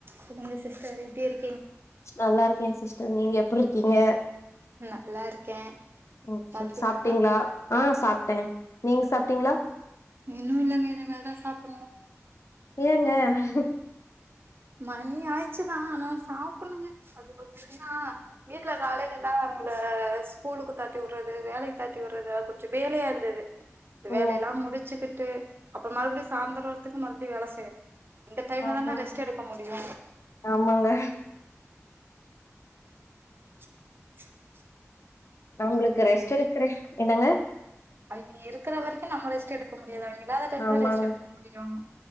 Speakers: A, on the right; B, on the left.
A: சொல்லுங்க சிஸ்டர் எப்டி இருக்
B: நல்லா இருக்கே சிஸ்டர் நீங்க எப்டி இருக்கீங்க
A: நல்லா இருக்கேன்
B: ஓகே
A: சாப்பிட்டீங்களா
B: சாப்ட்டீங்ளா ஆ சாப் சாப்ட்டங்க நீங்க சாப்ட்டீங்ளா
A: இன்னு இல்லங்க இனிமேல் தா சாப்டணு
B: ஏங்க <inaudible>
A: மணி ஆய்ச்சுதா ஆனா சாப்டனுங்க அது கொஞ்சோ என்னனா வீட்ல காலேல எல்லா அவங்கள ஸ்கூலுக்கு தாட்டி உட்றது வேலைக்கு தாட்டிவிடுறது எல்லா கொஞ்சோ வேலையா இருந்தது
B: ஓ
A: வேலை எல்லா முடிச்சுக்கிட் ட்டு அப்ற மறுபடி சாந்துறதுக்கு மறுபடி வேல <unintelligible> ண்ணா
B: ஆமாங்க
A: தான ரெஸ்ட்டு எடுக்க முடியு
B: ஆமாங்க
A: <inaudible>
B: நம்மளுக்கு ரெஸ்ட் எடுக்குற என்னங்க
A: அவிங்க இருக்குற வரைக்கு நம்ம ரெஸ்ட்டு எடுக்க முடியாது அவிங்க இல்லாத டைம்ல
B: ஆமாங்க
A: ரெஸ்ட்டு எடுக்க முடியு